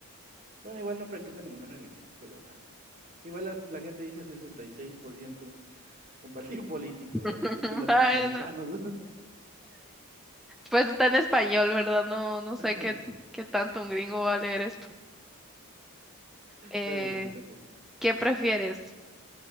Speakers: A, on the right (about 40°); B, in the centre.
A: Bueno, igual no practico ninguna religión, pero ah, igual la, la gente dice 66% con partido político,
B: <laughs>
A: <laughs> muchos latinoamericanos.
B: bueno Pues está en español, ¿verdad? No, no sé
A: <laughs>
B: qué, qué tanto un gringo va a leer esto. Eh,
A: Dale, pues, te toca.
B: ¿qué prefieres?